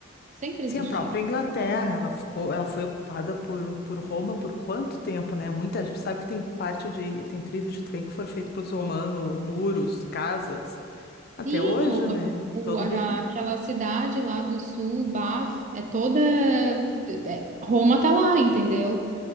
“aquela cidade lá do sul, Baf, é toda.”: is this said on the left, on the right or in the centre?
Right